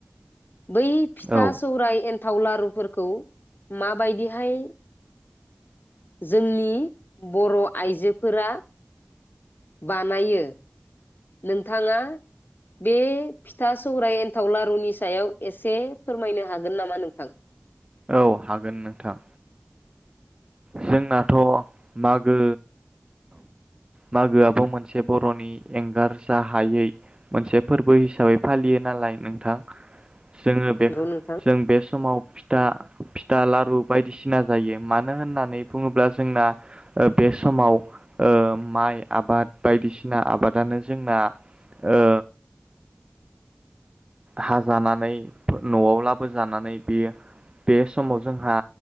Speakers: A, on the left (about 50°); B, on the right (about 25°).
A: बै फिथा
B: औ
A: सौराय एन्थाव लारुफोरखौ माबायदिहाय जोंनि बर' आइजोफोरा बानायो नोंथाङा बे फिथा सौराय एन्थाव लारुनि सायाव एसे फोरमायनो हागोन नामा नोंथां?
B: औ हागोन नोंथां। जोंनाथ' मागो मागोआबो मोनसे बर'नि एंगारजा हायै मोनसे फोरबो हिसाबै फालियो नालाय नोंथां। जोङो बे
A: नंगौ नोंथां
B: जों बे समाव फिथा फिथा लारु बायदिसिना जायो मानो होननानै नानै बुङोब्ला जोंना बे समाव माइ आबाद बायदिसिना आबादानो जोंना ओ हाजानानै न'आव लाबोजानानै बे बे समाव जोंहा